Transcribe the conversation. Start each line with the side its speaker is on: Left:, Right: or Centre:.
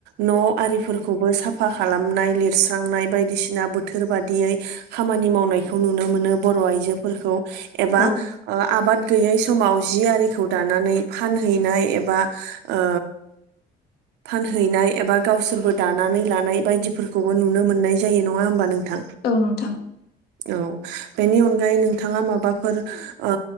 Right: न' आरिफोरखौबो साफा खालामनाय लिरस्रांनाय बायदिसिना बोथोर बादियै खामानि मावनायखौ नुनो मोनो बर' आइजोफोरखौ एबा
Left: औ
Right: आबाद गैयै स माव जि आरिखौ दानानै फानहैनाय एबा ओ फानहैनाय एबा गावसोरबो दानानै लानाय बायदिफोर खौबो नुनो मोननाय जायो नङा होमबा नोंथां
Left: औ नोंथां
Right: औ । बेनि अनगायै नोंथाङा माबाफोर ओ